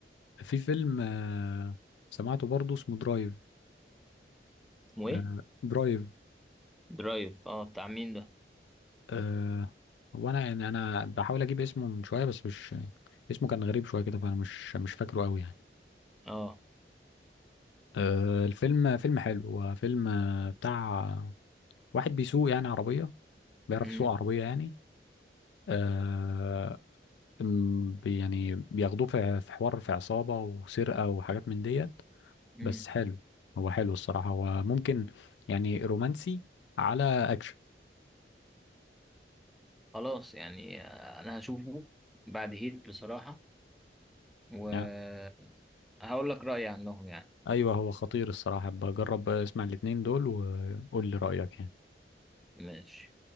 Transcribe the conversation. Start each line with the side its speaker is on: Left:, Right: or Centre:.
Left: في فيلم آه، سمعته برضه اسمه درايف
Centre: اسمه إيه؟
Left: آه، درايف
Centre: درايف اه بتاع مين ده
Left: آه، هو انا يعني انا بحاول اجيب اسمه من شويه بس مش اسمه كان غريب شويه كده فانا مش مش فاكره قوي يعني
Centre: اه
Left: آه، الفيلم فيلم حلو هو فيلم آه، بتاع واحد بيسوق يعني عربيه بيعرف
Centre: امم
Left: يسوق عربيه يعني آه، م- بي- يعني بياخدوه في في حوار في عصابه وسرقه وحاجات من ديت
Centre: امم
Left: بس حلو هو حلو الصراحة هو ممكن يعني رومانسي على أكشن
Centre: خلاص يعني آه، انا هشوفه بعد هيت بصراحة وهقول
Left: يعني
Centre: لك رأيي عنهم يعني
Left: أيوه هو خطير الصراحة بجرب اسمع الاتنين دول وقول لي رأيك يعني
Centre: ماشي